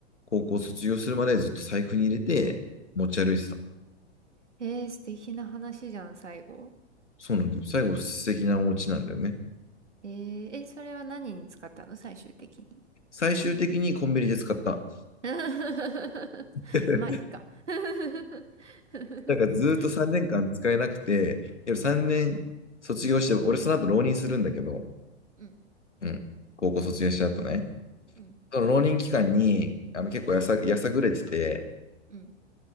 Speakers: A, on the left (about 85°); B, on the right (about 80°).
A: 高校卒業するまでずっと財布に入れて持ち歩いてた。
B: えー、素敵な話じゃん、最後。
A: そうなんだよ。最後、素敵なお家なんだよね。
B: えー、え、それは何に使ったの最終的に。
A: 最終的にコンビニで使った。
B: <laughs>
A: <laughs>
B: まあ、いっか。<laughs>
A: なんかずーっと3年間使えなくて、3年卒業して、俺その後浪人するんだけど、
B: うん、
A: うん、高校卒業した後ね。
B: うん、
A: その浪人期間にあの結構やさ、やさぐれてて、
B: うん。